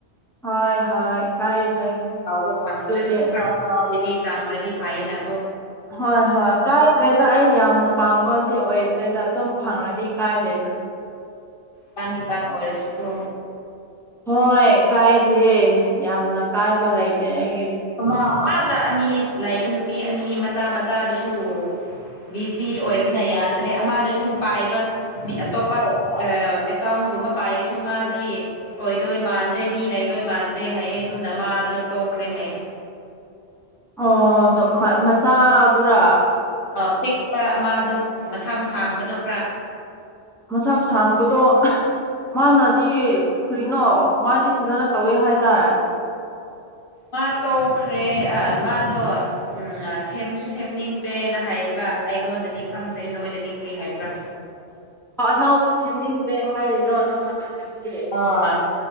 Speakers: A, in the centre; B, on the left (about 55°).
A: ꯍꯣꯏ ꯍꯣꯏ ꯀꯥꯏꯗ꯭ꯔꯦ
B: ꯐꯥꯎꯕ ꯐꯪꯗ꯭ꯔꯦꯁꯨ
A: ꯑꯗꯨꯗꯤ
B: ꯈꯔꯥꯎ ꯈꯔꯥꯎꯕꯗꯤ ꯆꯥꯡꯒꯗꯤ ꯐꯥꯏꯌꯦ ꯅ
A: ꯍꯣꯏ ꯍꯣꯏ ꯀꯥꯏꯗ꯭ꯔꯦꯗ ꯑꯩ ꯌꯥꯝꯅ ꯄꯥꯝꯃꯒ ꯗꯤ ꯑꯣꯏꯗ꯭ꯔꯦꯗ ꯑꯗꯨꯝ ꯐꯪꯉꯗꯤ ꯀꯥꯏꯗꯦꯗ
B: ꯄꯥꯡ ꯈꯤ ꯄꯥꯡ ꯑꯣꯏꯔꯁꯨꯀꯣ
A: ꯍꯣꯏ ꯀꯥꯏꯗꯦ ꯌꯥꯝꯅ ꯀꯥꯏꯕ ꯂꯩꯇꯦ ꯑꯩ
B: ꯑꯃ ꯑꯥꯗ ꯑꯅꯤ ꯂꯥꯛꯏꯕ ꯅꯨꯄꯤ ꯑꯅꯤ ꯃꯆꯥ ꯃꯆꯥꯗꯨꯁꯨ ꯕꯤꯖꯤ ꯑꯣꯏꯕꯅ ꯌꯥꯗ꯭ꯔꯦ ꯑꯃꯗꯨꯁꯨ ꯄꯥꯏꯕ ꯃꯤ ꯑꯇꯣꯞꯄ ꯑꯦꯀꯥꯎꯟ ꯨꯒꯨꯝꯕ ꯄꯥꯏꯔꯁꯨ ꯃꯥꯗꯤ ꯑꯣꯏꯗꯣꯏ ꯃꯥꯟꯗ꯭ꯔꯦ ꯃꯤ ꯂꯩꯗꯣꯏ ꯃꯥꯟꯗ꯭ꯔꯦ ꯍꯥꯏꯌꯦ ꯑꯗꯨꯅ ꯃꯥꯗꯨ ꯄꯨꯈ꯭ꯔꯤ ꯍꯩꯌꯦ
A: ꯑꯣ ꯗꯧ ꯃꯆꯥꯗꯨꯔꯣ
B: ꯑ ꯄꯤꯛꯄ ꯑꯃꯥꯗꯣ ꯃꯁꯥꯝ ꯁꯥꯡꯕꯗꯣ ꯈꯔ
A: ꯃꯁꯥꯝ ꯁꯥꯡꯕꯗꯣ ꯑꯍ ꯃꯥꯅꯗꯤ ꯀꯩꯅꯣ ꯃꯥꯗꯤ ꯐꯖꯅ ꯇꯧꯋꯦ ꯍꯥꯏꯗꯥꯏ
B: ꯃꯥ ꯇꯣꯛꯈ꯭ꯔꯦ ꯑ ꯃꯥꯗꯣ ꯑꯝꯑ ꯁꯦꯝꯁꯨ ꯁꯦꯝꯅꯤꯡꯗ꯭ꯔꯦꯅ ꯍꯥꯏꯌꯦꯕ ꯑꯩꯉꯣꯟꯗꯗꯤ ꯈꯪꯗꯦ ꯅꯣꯏꯗꯗꯤ ꯀꯔꯤ ꯍꯥꯏꯕ꯭ꯔꯥ
A: ꯑꯅꯥꯎꯕ ꯁꯦꯝꯅꯤꯡꯗ꯭ꯔꯦ ꯍꯥꯏꯔꯤꯔꯣ ꯅꯧꯅ ꯍꯥꯏꯕꯁꯦ
B: ꯑꯥ